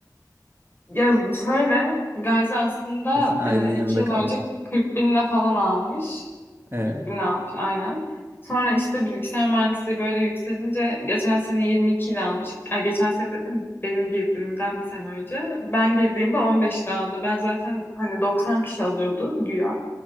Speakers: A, on the left; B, on the right.
A: Ya şöyle, Gazi aslında
B: Kesin ailenin
A: e, iki
B: yanında
A: yıl
B: kaldın.
A: önce 40 binine falan almış.
B: E,
A: 40 bine almış aynen. Sonra işte bilgisayar mühendisliği böyle yükselince geçen sene 22 ile almış. Ay, geçen sene dedim benim girdiğimden bir sene önce. Ben girdiğimde 15 ile aldı. Ben zaten hani 90 kişi alıyordu güya.